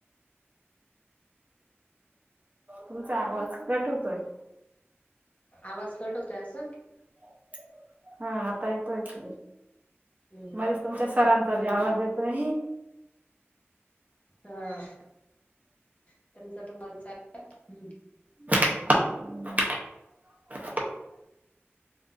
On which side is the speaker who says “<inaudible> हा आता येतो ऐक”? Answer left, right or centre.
Right